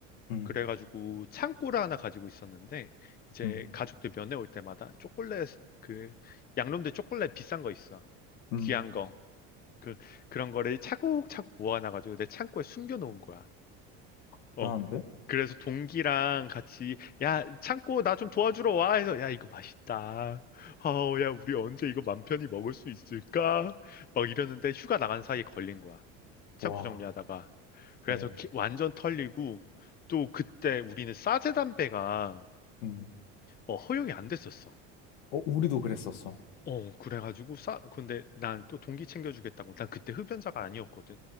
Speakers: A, on the left; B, on the left.
A: 음,
B: 그래가지고 창고를 하나 가지고 있었는데 이제
A: 음,
B: 가족들 면회 올 때마다 초콜릿 그 양놈들 초콜릿 비싼 거 있어.
A: 음.
B: 귀한 거. 그 그런 거를 차곡차곡 모아놔가지고 내 창고에 숨겨놓은 거야.
A: 대단한데?
B: 어, 그래서 동기랑 같이, 야, 창고 나 좀 도와주러 와. 해서, 야, 이거 맛있다. 아우, 야, 우리 언제 이거 맘 편히 먹을 수 있을까? 막 이러는데 휴가 나간 사이에 걸린 거야. 창고
A: 와,
B: 정리하다가 그래서
A: 어,
B: 기- 완전 털리고 또 그때 우리는 싸제 담배가
A: 음.
B: 어, 허용이 안 됐었어.
A: 어, 우리도 그랬었어.
B: 어, 그래가지고 싸 근데 난 또 동기 챙겨주겠다고 난 그때 흡연자가 아니었거든.